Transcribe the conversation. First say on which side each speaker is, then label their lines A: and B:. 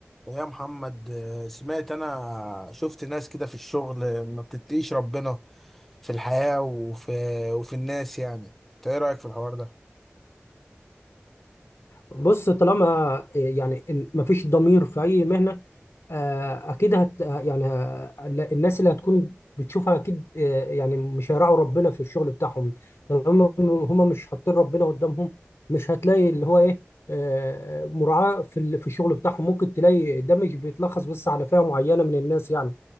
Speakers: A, in the centre; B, on the left (about 90°).
A: ويا محمد آه، سمعت انا شفت ناس كده في الشغل آه، ما بتتقيش ربنا في الحياة وفي وفي الناس يعني انت ايه رأيك في الحوار ده
B: بص طالما آه، يعني ما فيش ضمير في اي مهنه آه، اكيد هت يعني آه، الناس اللي هتكون بتشوفها اكيد آه، يعني مش هيراعوا ربنا في الشغل بتاعهم طالما هم مش حاطين ربنا قدامهم مش هتلاقي اللي هو ايه آه، مراعاه في ال- في الشغل بتاعهم ممكن تلاقي ده مش بيتلخص بس على فئه معينه من الناس يعني